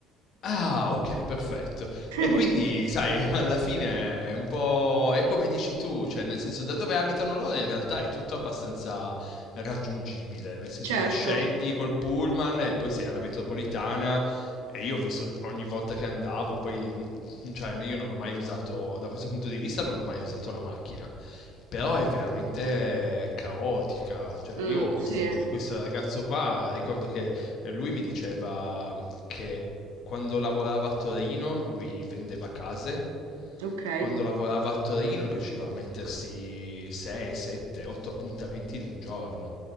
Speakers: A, on the left; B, on the right.
A: Ah, ok, perfetto.
B: <laughs>
A: E quindi, sai, <laughs> alla fine è un po' è come dici tu, cioè nel senso da dove abitano loro in realtà è tutto abbastanza raggiungibile, nel senso
B: Certo.
A: che scendi col pullman e poi sei alla metropolitana e io ho visto ogni volta che andavo, poi mm, cioè io non ho mai usato, da questo punto di vista non ho mai usato la macchina. Però è veramente caotica. Cioè,
B: Mm,
A: io questi,
B: sì.
A: questo ragazzo qua ricordo che e lui mi diceva che quando lavorava a Torino lui vendeva case,
B: Ok.
A: quando lavorava a Torino riusciva a mettersi 6, 7, 8 appuntamenti in un giorno.